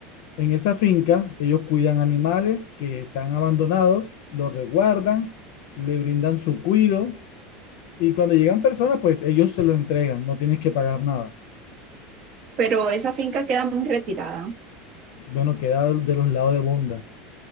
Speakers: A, on the left; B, on the right.
A: En esa finca, ellos cuidan animales que están abandonados, los resguardan, le brindan su cuido y cuando llegan personas, pues ellos se los entregan, no tienes que pagar nada.
B: pero esa finca queda muy retirada.
A: Bueno, queda de los lados de Bonda,